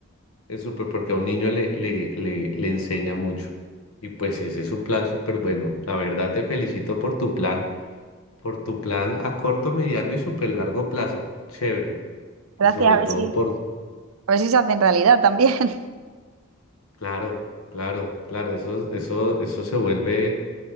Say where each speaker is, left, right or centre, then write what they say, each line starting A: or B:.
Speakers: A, on the left; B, on the right.
A: es súper porque a un niño le, le, le, le enseña mucho. Y pues ese es un plan súper bueno. La verdad te felicito por tu plan. por tu plan a corto, mediano y súper largo plazo. Chévere.
B: Gracias,
A: Y sobre
B: a
A: todo
B: ver si,
A: por...
B: a ver si se hace en realidad también. <laughs>
A: Claro, claro, claro. Eso, eso, eso se vuelve...